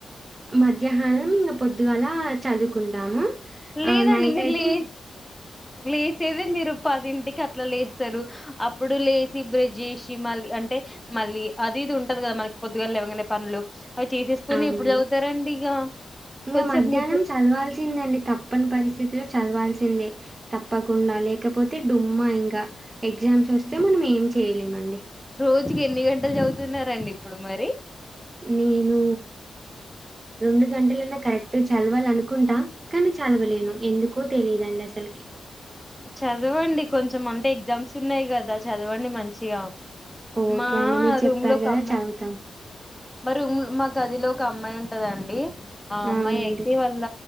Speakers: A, on the right (about 30°); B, in the centre.
A: మధ్యాహ్నం ఇంక పొద్దుగాలా చదువుకుంటాము
B: లేదండి
A: ఆహ్, నైటయితే
B: మీరు లే
A: ఇంగ్
B: లేసేదె మీరు పదింటికి అట్లా లేస్తారు అప్పుడు లేసి బ్రెష్ జేసి మళ్ళీ అంటే మళ్ళీ అది ఇది ఉంటది కదా మనకి పొద్దుగాళ లేవగనే పనులు అవి చేసేసుకొని
A: అవునండి.
B: ఎప్పుడు చదువుతారండి ఇగ
A: ఇంగ
B: కొద్దిసేపు
A: మధ్యాహ్నం
B: ముచ్చట్లు
A: చదవాల్సిందండి. తప్పని పరిస్థితులు చదవాల్సిందే తప్పకుండాలే లేకపోతే డుమ్మా ఇంకా ఎగ్జామ్స్ వస్తే మనం ఏం చేయలేమండి
B: రోజుకి ఎన్ని గంటలు చదువుతున్నారండి ఇప్పుడు మరి
A: నేను రెండు గంటలన్నా కరెక్ట్ చదవాలనుకుంటా కానీ చదవలేను ఎందుకో తెలియదండి అసలకి
B: చదవండి కొంచెం అంటే ఎగ్జామ్స్ ఉన్నాయి కదా చదవండి మంచిగా
A: ఓకే
B: మా
A: అండి. మీరు
B: రూమ్
A: చెప్పారు
B: లోకి
A: గదా!
B: అమ్మాయి
A: చదువుతాం.
B: మా రూమ్ మా గదిలో ఒక అమ్మాయి ఉంటదండి ఆ అమ్మాయి
A: అవునండి.
B: అయితే వాళ్ళ